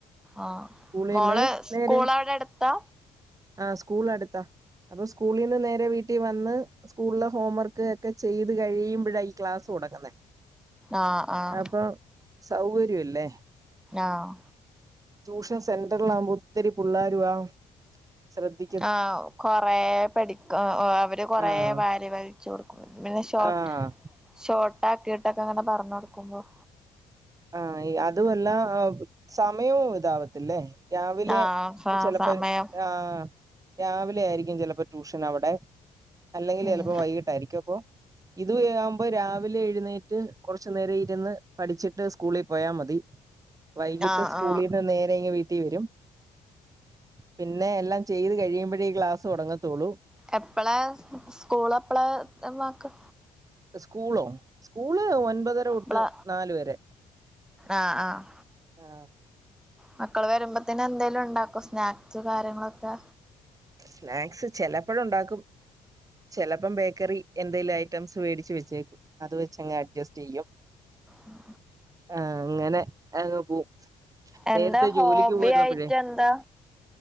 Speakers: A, in the centre; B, on the right.
A: ആഹ്
B: സ്കൂളിൽ
A: മോള്
B: നിന്ന്
A: സ്ക്കൂള്
B: നേരെ
A: അവ്ടെ ട്ത്താ
B: ആഹ് സ്ക്കൂളട്ത്താ. അപ്പൊ സ്കൂളീന്ന് നേരെ വീട്ടിവന്ന് സ്ക്കൂൾലെ ഹോം വർക്ക് ഒക്കെ ചെയ്ത് കഴിയുമ്പഴാ ഈ ക്ലാസൊട്ങ് ന്നെ.
A: ആഹ് ആഹ്
B: അപ്പം സൗകര്യല്ലേ.
A: ആഹ്
B: ട്യൂഷൻ സെന്റർലാവ്മ്പൊ ഒത്തിരി പുള്ളേരു ആവും. ശ്രദ്ധി
A: ആഹ് കൊറേ പഠിക്കാ ആഹ് അവര് കൊറേ
B: ആഹ്
A: വാരിവൽ ച്ചൊട്ക്കും. പിന്നെ ഷോട്ട്
B: ആഹ്
A: ഷോർട്ടാക്കിയിട്ടൊക്കെ അങ്ങനെ പർണൊട്ക്കുമ്പം
B: ആഹ് ഈ അതുവല്ല സമയവും ഇതാവത്തില്ലേ രാവിലെ
A: ആഹ് സ
B: ചെലപ്പൊരു
A: സമയം
B: ആഹ് രാവിലെ യായിരിക്കും ചെലപ്പൊ ട്യൂഷന് അവ്ടെ. അല്ലെങ്കില്
A: ഉം
B: ചെലപ്പൊ വൈകിട്ടായിരിക്കും അപ്പൊ ഇത് വെവ്മ്പോ രാവിലെ എഴുന്നേറ്റ് കൊറച്ച് നേരം ഇരുന്ന് പഠിച്ചിട്ട് സ് ക്കൂളി പോയാ മതി. വൈകിട്ട്
A: ആഹ്
B: സ്ക്കൂളീന്ന്
A: ആഹ്
B: നേരെ യിങ്ങി വീട്ടി വരും. പിന്നെ എല്ലാം ചെയ്ത് കഴിയുമ്പഴേ ഈ ക്ലാസൊടങ്ങത്തൊള്ളൂ.
A: എപ്പളാ സ്ക്കൂള് എപ്പളാ. ത്തം വാക്ക
B: സ്ക്കൂളോ സ്ക്കൂള് ഒൻപതര
A: എപ്പളാ
B: ഒട്ട് നാല് വരെ.
A: ആഹ് ആഹ്
B: ആഹ്
A: മക്കള വര്മ്പത്തിന് എന്തേലും ണ്ടാക്കൊ സ്നാക്സ് കാര്യങ്ങളൊക്കെ
B: സ്നാക്സ് ചെലപ്പൊഴണ്ടാക്കും. ചെലപ്പം ബേക്കറി എന്തേലു ഐറ്റംസ് വേടിച്ച് വെച്ചേ അത് വെച്ചങ്ങ് അഡ്ജസ്റ്റൈയ്യും.
A: ഉം
B: ആഹ് അങ്ങനെ അങ് പോവും.
A: എന്താ
B: നേരത്തെ
A: ഹോബി
B: ജോലിക്ക് പോയിരുന്നപ്പഴെ
A: ആയിട്ട് എന്താ